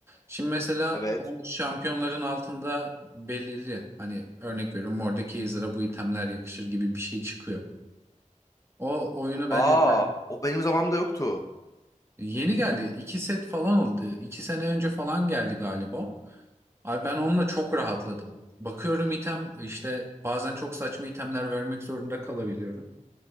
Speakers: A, on the right; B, on the left.
A: Şimdi mesela
B: Evet.
A: o şampiyonların altında belirli hani örnek veriyorum Mordekaiser'a bu itemler yakışır gibi bir şey çıkıyor. O oyunu
B: Aa,
A: bence bayağı
B: o benim zamanımda yoktu.
A: Yeni geldi. İki set falan oldu. İki sene önce falan geldi galiba. Abi ben onunla çok rahatladım. Bakıyorum item işte bazen çok saçma itemler vermek zorunda kalabiliyorum.